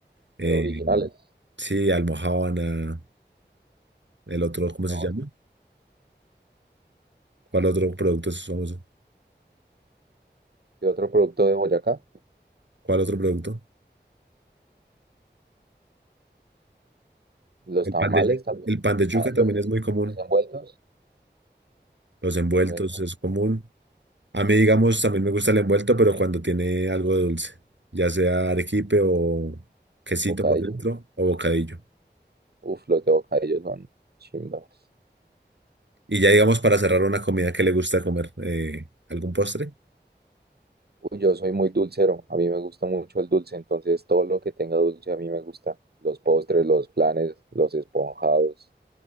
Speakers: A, on the right; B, on the right.
A: eh,
B: Pero originales,
A: sí, Almojábana, el otro, ¿cómo
B: ¿no?
A: se llama? ¿Cuál otro producto es famoso?
B: ¿Qué otro producto de Boyacá?
A: ¿Cuál otro producto?
B: Los
A: El
B: tamales
A: pan de,
B: también.
A: el pan de yuca
B: Ah,
A: también
B: lo-
A: es muy común.
B: los, envueltos,
A: Los envueltos
B: bueno,
A: es común. A mí, digamos, también me gusta el envuelto, pero cuando tiene algo de dulce, ya sea arequipe o quesito
B: bocadillo.
A: por dentro o bocadillo.
B: Uf, los de bocadillo son chimbas.
A: Y ya, digamos, para cerrar una comida que le gusta comer, eh, ¿algún postre?
B: Uy, yo soy muy dulcero, a mí me gusta mucho el dulce, entonces todo lo que tenga dulce a mí me gusta. Los postres, los flanes, los esponjados,